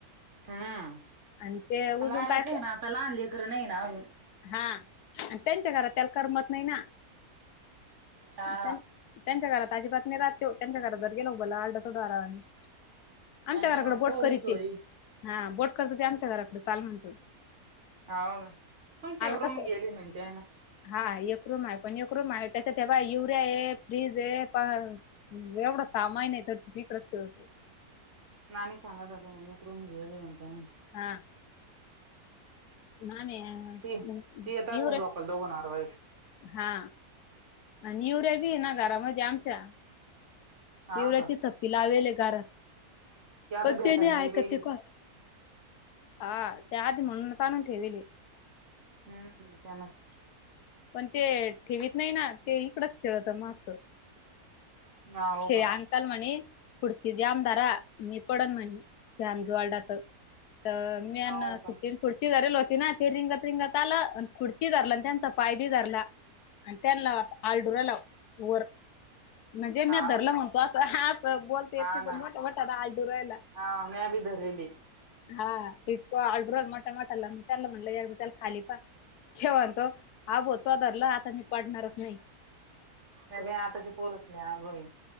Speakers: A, on the right; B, on the left.
A: हां
B: आणि ते उजून
A: लालाच
B: काय
A: आहे
B: कर
A: ना आता लहान लेकरं नाही ना अजून.
B: हा त्यांच्या घरात त्याला करमत नाही ना
A: हा
B: त्यां त्यांच्या घरात आजी बात नाही राहत त्यो यांच्या घरात जर गेलो बला आलडाथोड आरावाने. आमच्या
A: आणि
B: घराकडे बोट
A: पोरी
B: करीते
A: सोरी
B: हा बोट करत ते आमच्या घराकडे चाल म्हणतं.
A: हाव ना तुमची एक
B: कस
A: रूम गेली म्हणते आहे ना.
B: हा एक रूम आहे पण एक रूम आहे त्याच्यात तेव्हा युरिया आहे फ्रीज आहे प हम्म एवढा सामान आहे तर तिझं इकडेच ते होतो.
A: नाणी सांगत होते म्हणे एक रूम गेले म्हणतेन.
B: हा. ना मी य
A: ते ती येतात
B: युवरे
A: झोपायला दोघं नवरा बायको
B: हा आणि युरेया बी आहे ना घरामध्ये आमच्या
A: हा
B: युवरायाची
A: का
B: थप्पी लावेल गारा
A: ते आता
B: पण
A: भेटल
B: तेने
A: नाही
B: आहे
A: बाई
B: का ते को हा ते आधी म्हणून आणून चालून ठेवेली.
A: हम्म त्यांनस
B: पण ते ठेवीत नाही ना ते इकडच खेळत मस्त.
A: <unintelligible> हो
B: छे
A: का
B: अंकल म्हणे पुुढची ज्यामदारा मी पडन म्हंटलं त्या अंजू वाडात. तर मी ह्यांना
A: हो
B: सुटी
A: का
B: खुर्ची धरली होती ना ते रिंगत रिंगत आलं आणि खुर्ची धरला आणि त्यांचा पाय बी धरला. आणि त्यांला आलडुराला वर. जेम्यात
A: हा
B: धरलं म्हणतो असं हा बोलते येतं
A: हा
B: पण
A: ना
B: मोठा मोठा आलडुरायला.
A: हा म्या बी धरेली
B: हा इथं आलडूरा मोठा मोटाला त्याला म्हणलं या त्याला खाली पा. ते म्हणतो हा बो होतो धरला आता मी पडणारच नाही.
A: सगळे आताची पोरस लय आंगवी